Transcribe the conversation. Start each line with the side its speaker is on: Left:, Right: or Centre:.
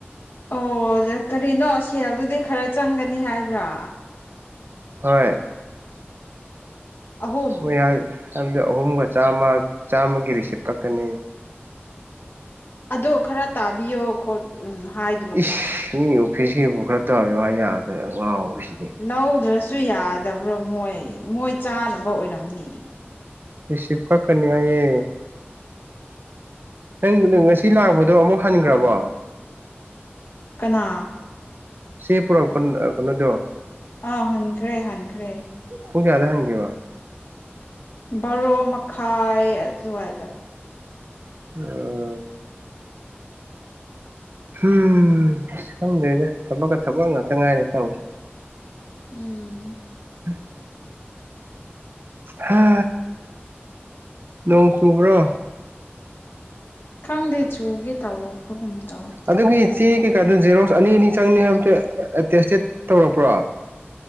Left: ꯑꯣ ꯀꯔꯤꯅꯣ ꯁꯦꯜꯗꯨꯗꯤ ꯈꯔ ꯆꯪꯒꯅꯤ ꯍꯥꯏꯕ꯭ꯔꯥ
Right: ꯍꯣꯏ
Left: ꯑꯍꯨꯝ
Right: ꯃꯣꯏꯔꯥꯡ ꯍꯥꯏꯕꯗꯤ ꯑꯍꯨꯝꯒ ꯆꯥꯝꯃ ꯆꯥꯝꯃꯒꯤ ꯔꯤꯁꯤꯞ ꯀꯛꯀꯅꯤ
Left: ꯑꯗꯣ ꯈꯔ ꯇꯥꯕꯤꯌꯣ ꯈꯣꯠ ꯎꯝ ꯍꯥꯏ
Right: ꯏꯁ ꯃꯤ ꯑꯣꯐꯤꯁꯀꯤꯕꯨ ꯈꯔ ꯇꯥꯕꯤꯌꯨ ꯍꯥꯏ ꯌꯥꯗꯣꯏꯔ ꯑꯉꯥꯎꯕꯁꯤꯗꯤ
Left: ꯂꯧꯗ꯭ꯔꯁꯨ ꯌꯥꯗꯕ꯭ꯔꯣ ꯃꯣꯏ ꯃꯣꯏ ꯆꯥꯅꯕ ꯑꯣꯏꯔꯝꯅꯤ
Right: ꯔꯤꯁꯤꯞ ꯀꯛꯀꯅꯤ ꯍꯥꯏꯌꯦ ꯅꯪꯒꯤꯗꯣ ꯉꯁꯤ ꯂꯥꯛꯄꯗꯣ ꯑꯃꯨꯛ ꯍꯟꯒ꯭ꯔꯕꯣ
Left: ꯀꯅꯥ
Right: ꯁꯤ ꯄꯨꯔꯛꯄ ꯀꯩꯅꯣꯗꯣ
Left: ꯑꯥ ꯍꯟꯈ꯭ꯔꯦ ꯍꯟꯈ꯭ꯔꯦ
Right: ꯄꯨꯡꯒꯌꯥꯗ ꯍꯪ ꯋꯥ
Left: ꯕꯥꯔꯣ ꯃꯈꯥꯏ ꯑꯗꯨꯋꯥꯏꯗ
Right: ꯑ ꯎꯝ ꯈꯪꯗꯦꯅꯦ ꯊꯕꯛꯀ ꯊꯕꯛ ꯉꯥꯛꯇ ꯉꯥꯏꯔꯦ ꯇꯧꯔꯤꯁꯦ
Left: ꯎꯝ
Right: <unintelligible> <inaudible> ꯍꯥ ꯅꯣꯡ ꯆꯨꯕ꯭ꯔꯣ
Left: ꯈꯪꯗꯦ ꯆꯨꯒꯦ ꯇꯧꯕꯧꯕꯒꯨꯝ ꯇꯧꯋꯦ
Right: ꯑꯗꯨꯒꯤ ꯆꯦ ꯀꯩꯀꯥꯗꯨꯣ ꯖꯦꯔꯣꯛꯁ ꯑꯅꯤ ꯑꯅꯤ ꯆꯪꯅꯤ ꯍꯥꯏꯕꯗꯨꯣ ꯇꯦꯁꯇꯦꯠ ꯇꯧꯔꯛꯄ꯭ꯔꯣ